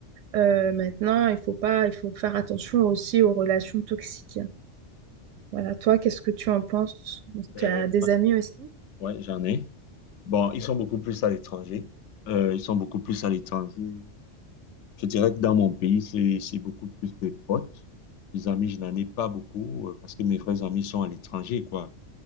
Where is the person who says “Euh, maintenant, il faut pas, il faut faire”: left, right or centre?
Right